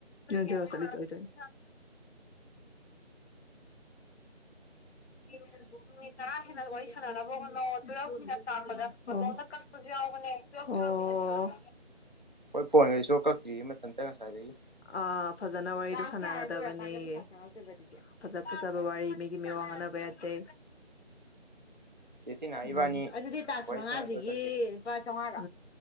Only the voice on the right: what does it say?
ꯍꯣꯏ ꯐꯣꯟꯗꯗꯤ ꯁꯨꯀꯛ ꯀꯛꯇꯤꯌꯦ ꯃꯇꯝꯁꯦ ꯉꯁꯥꯏꯗꯒꯤ
ꯆꯦꯇꯤꯅꯥ
ꯏꯕꯥꯅꯤ
ꯋꯥꯔꯤ
ꯁꯥꯟꯅꯗ ꯆꯠꯇꯦ